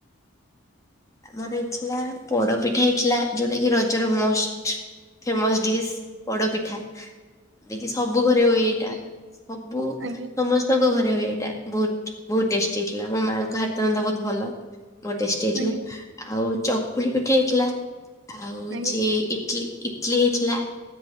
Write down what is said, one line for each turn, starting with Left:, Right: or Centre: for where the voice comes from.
Left: ଆମର ଏଇଥିଲା ପୋଡପିଠା ହେଇଥିଲା ଯୋଉଟା କି ରଜର ମୋଷ୍ଟ। ଫେମସ ଡିସ୍ ପୋଡ଼ ପିଠା। ଯିଏକି ସବୁ ଘରେ ହୁଏ ଏଇଟା ସବୁ
Right: ଆଜ୍ଞା
Left: ସମସ୍ତ ସ୍ତଙ୍କ ଘରେ ହଏ ଏଇଟା ବହୁତ ବହୁତ ଟେଷ୍ଟି ହେଇଥିଲା, ମୋ ମାଆଙ୍କ ହାତ ରନ୍ଧା ବହୁତ ଭଲ। ବହୁତ ଟେଷ୍ଟି ହେଇଥିଲା
Right: ଆଜ୍ଞା
Left: ଆଉ ଚକୁଳି ପିଠା ହେଇଥିଲା ଆଉ ହଉଚି
Right: ଆଜ୍ଞା
Left: ଇଟଲି ଇଟଲି ହେଇଥିଲା